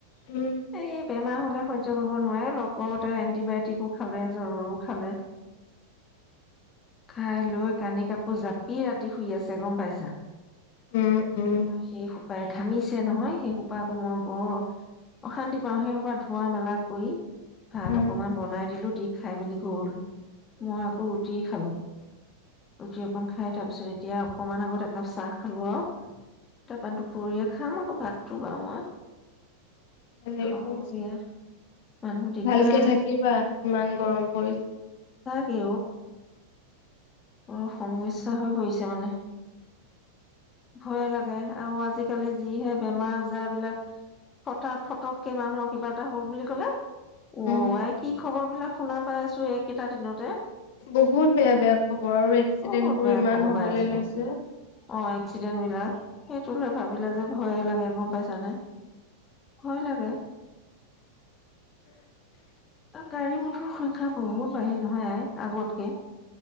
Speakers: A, on the left (about 50°); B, on the left (about 20°).
A: উম
B: এই বেমাৰ হলে সহ্য কৰিব নোৱাৰে লগতে এণ্টিবায়টিকো খালে জ্বৰৰো খালে খাই লৈ কানি কাপোৰ জাপি ৰাতি শুই আছে গম পাইছা
A: উম উম
B: মই সেইয়ে স সোপাই ঘামিছে নহয় সেই সোপাাকো মই বৰ অশান্তি পাওঁ সেই ধোৱাা মেলা কৰি ভাত
A: উম,
B: অকনমান বনাই দিলো দি খাই মেলি গল মই আকৌ ৰুটি খালো ৰুটি অকন খাই তাৰপিছত এতিয়া অকমান আগত একাপ চাহ খালো আৰু তাৰপা দুপৰীয়া খাম আকৌ ভাতটো বাৰু মই
A: ভালেই কৰিছা
B: অকলশৰীয়া মানুহ দিগদাৰ
A: ভালকে থাকিবা ইমান গৰম পৰিছে
B: কে অ অ সমস্যা হৈ পৰিছে মানে ভয়ে লাগে আৰু আজিকালি যিহে বেমাৰ আজাৰ বিলাক ফথা ফটককে মানুহৰ কিবা এটা হল বুলি কলে
A: উম
B: অ আই কি খবৰ বিলাক শুনা পাই আছো এইকেইটা দিনতে
A: বহুত বেয়া বেয়া খবৰ আৰু এক্সিডেন্ট
B: বহুত
A: বোৰ
B: বেয়া
A: ইমান
B: খবৰ
A: হবলৈ
B: পাই আছো
A: লৈছে
B: অ এক্সিডেণ্ট বিলাক সেইটো লে ভাবিলে যে ভয়ে লাগে গম পাইছানে ভয় লাগে গাড়ী মটৰৰ সংখ্যা বহুত বাঢ়িল নহয় আই আগতকে